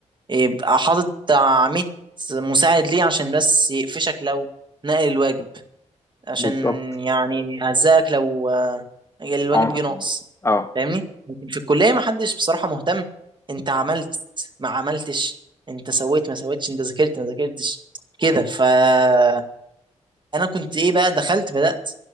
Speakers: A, on the right; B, on the left.
A: يبقى حاطط بتاع 100 مساعد ليه عشان بس يقفشك لو نقل الواجب عشان
B: بالظبط
A: يعني هزقك لو آه، الواجب
B: اه
A: جه ناقص
B: اه
A: فاهمني لكن في الكليه ما حدش بصراحه مهتم انت عملت ما عملتش انت سويت ما سويتش انت ذاكرت ما ذاكرتش كده فانا كنت ايه بقى دخلت بدات